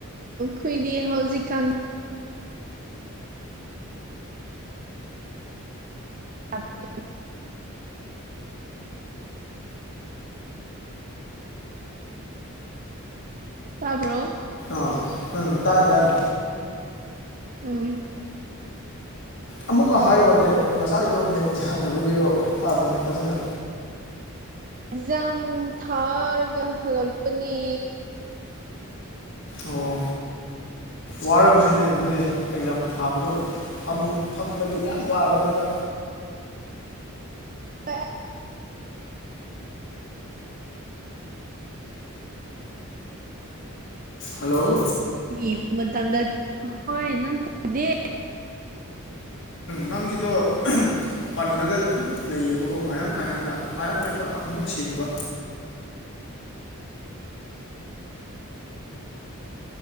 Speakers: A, on the right; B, on the left.
A: ꯈꯨꯏꯗꯤ ꯍꯧꯖꯤꯛꯀꯪ ꯑꯁ ꯇꯥꯕ꯭ꯔꯣ
B: ꯑ ꯎꯝ ꯇꯥꯏꯦ ꯇꯥꯏꯌꯦ
A: ꯎꯝ
B: ꯑꯃꯨꯛꯀ ꯍꯥꯏꯔꯛꯑꯣꯅꯦ ꯉꯁꯥꯏꯗꯣ ꯅꯦꯠ ꯌꯥꯗꯕꯒꯤꯔꯣ ꯇꯥꯗꯅꯦ ꯐꯖꯅ
A: ꯑꯦꯛꯖꯥꯝ ꯊꯥꯔꯒ ꯍꯜꯂꯛꯄꯅꯤ
B: ꯑꯣ ꯋꯥꯔꯝꯅꯤꯅꯦ ꯑꯗꯨꯗꯤ ꯑꯦꯛꯖꯥꯝ ꯊꯥꯕꯁꯨ ꯐꯝꯕꯒꯤꯗꯤ ꯌꯥꯝ ꯋꯥꯕꯅꯦꯕ
A: ꯍ
B: ꯍꯜꯂꯣ
A: ꯏꯕ ꯃꯇꯝꯗ ꯍꯣꯏ ꯅꯪ ꯇꯗꯦ
B: ꯅꯪꯒꯤꯗꯣ ꯄꯜꯂꯒ ꯑꯗꯨꯝ ꯂꯩꯌꯦꯕꯀꯣ ꯉꯥꯏꯍꯥꯛ ꯉꯥꯏꯍꯥꯛꯅ ꯉꯥꯏꯍꯥꯛ ꯉꯥꯏꯍꯥꯛ ꯑꯃꯨꯛ ꯁꯦꯡꯕ